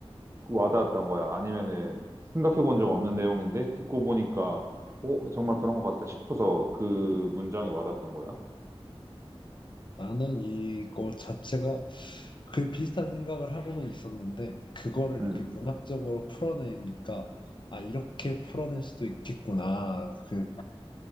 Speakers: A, on the right; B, on the left.
A: 와닿았던 거야. 아니면은 생각해 본 적 없는 내용인데 듣고 보니까 어, 정말 그런 것 같다 싶어서 그 문장이 와닿았던 거야.
B: 나는 이거 자체가 그 비슷한 생각을 하고는 있었는데 그거를
A: 음,
B: 이렇게 문학적으로 풀어내니까 아 이렇게 풀어낼 수도 있겠구나 그를